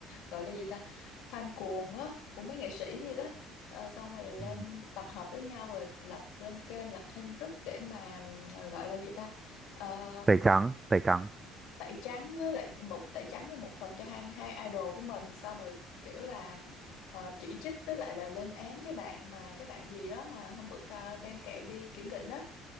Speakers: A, on the left; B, on the right.
A: gọi là gì ta fan cuồng á của mấy nghệ sĩ gì đó Ờ, xong rồi lên
B: Ừ.
A: tập hợp với nhau rồi lập lên kênh lập thêm group để mà ờ, gọi là gì ta Ờ,
B: Tẩy trắng, tẩy trắng.
A: tẩy trắng với lại một tẩy trắng là một phần cho hai hai idol của mình xong rồi kiểu là ờ, chỉ trích với lại là lên án cái bạn mà cái bạn gì đó mà hôm bữa ca- đem kẹo đi kiểm định đó